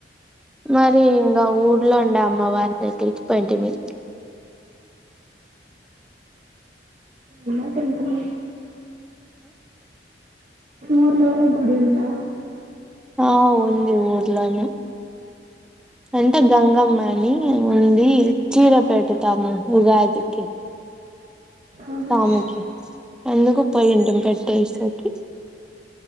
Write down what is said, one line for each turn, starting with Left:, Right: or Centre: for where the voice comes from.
Centre: మరి ఇంకా ఊర్లో ఉండే అమ్మవారి దగ్గరికి పోయింటిమి
Right: ఇలా టెంపుల్ ఊర్లోనే ఒడిల్లా
Centre: ఆ ఉంది ఉ ర్లోనే అంటే గంగమ్మని ఉంది చీర పెట్టుతాము ఉగాది కె
Right: ఆహా
Centre: స్వామి కి ఎందుకు పోయింటిమ్ పె పోయేసరికి